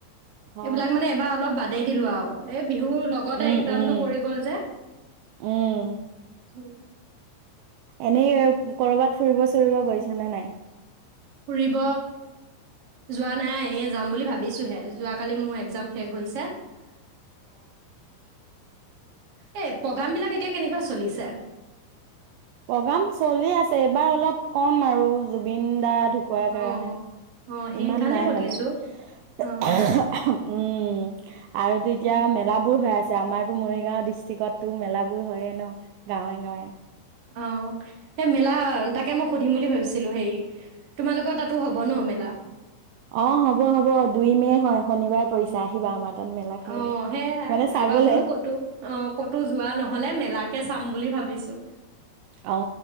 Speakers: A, on the right (about 80°); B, on the right (about 40°).
A: অ
B: এইবিলাক মানে এবাৰ অলপ বাদেই দিলো আৰু এই বিহুৰ লগতে
A: উম
B: এক্জামটো
A: উম
B: পৰি গল যে
A: উম
B: উম
A: এনেই কৰবাত ফুৰিব চুৰিব গৈছ নে নাই?
B: ফুৰিব যোৱা নাই যাম বুলি ভাবিছোঁহে, যোৱাকালি মোৰ এক্জাম শেষ হৈছে। অ অ অ এ প্ৰগ্ৰাম বিলাক এতিয়া কেনেকুৱা চলিছে?
A: প্ৰগ্ৰাম চলি আছে এইবাৰ অলপ ক'ম আৰু জুবিন দাৰ ঢুকোৱাৰ
B: অ',
A: কাৰণে
B: অ', অ সেইকাৰণে
A: ইমান নাই
B: সুধিছোঁ
A: মানে-
B: অ', অ',
A: উম উ আৰু তো এতিয়া
B: উম,
A: মেলা বোৰ হৈ আছ আমাৰতো মৰিগাঁও ডিষ্ট্ৰিক্টতটো মেলাবোৰ হয়য়ে ন গাঁৱে-গাঁৱে
B: অঁ সেই মেলা তাকে মই সুধিম বুলি ভাবিছিলোঁ হেৰি তোমালোকৰ তাতো হব ন মেলা?
A: অ হব হব দুই মে হয় শনিবাৰ পৰিছে আহিবা আমাৰ তাত। মেলা খাবলৈ
B: অ সেয়াই
A: মানে চাবলে
B: এবাৰ বোলো কতো অ' কতো যোৱা নহয়। নহলে মেলাকে চাম বুলি ভাবিছো
A: অ